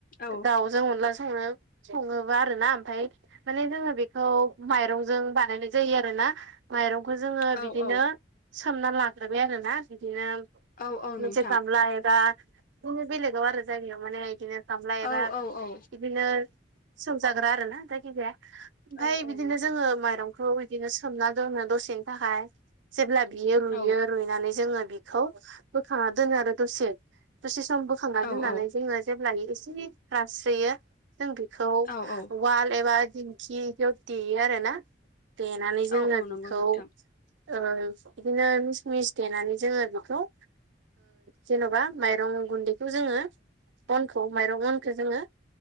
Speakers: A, on the left; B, on the right.
A: औ
B: दाउजों मोनला सोंनो सङोबा आरो ना ओमफफ्राय माने जोङो बेखौ माइरंजों बानायनाय जायो आरो ना माइरंखौ जोङो
A: औ औ
B: सोमनानै लाग्रोबाय आरोना बिदिनो
A: औ औ
B: मोनसे
A: नोंथां
B: गामला एबा बिदिनो बेलेगाव आरो जायोयाव माने बिदिनो गामलाय एबा
A: औ औ औ
B: बिदिनो सौजाग्रा आरो ना जायखिजाया ओमफफ्राय
A: औ औ
B: बिदिनो
A: नोंथां
B: जोङो माइरंखौ बिदिनो सोमना दोननो दसेनि थाखाय जेब्ला बियो रुइयो
A: औ
B: रुइनानै जोङो खौ बोखांना दोनो आरो दसे दसे सम बोखांना
A: औ
B: दोननानै
A: औ
B: जोङो जेब्लाय एसे रास्रोयो जों बेखौ
A: औ औ
B: वाल एबा दि खिदियाव देयो आर ना देनानै
A: औ
B: जोङो
A: औ नंगौ
B: बेखौ
A: नोंथां
B: औ बिदिनो मिस मिस देनानै जोङो बेखौ जेन'बा माइरं गुन्दैखौ जोङो अनखौ माइरं अनखौ जोङो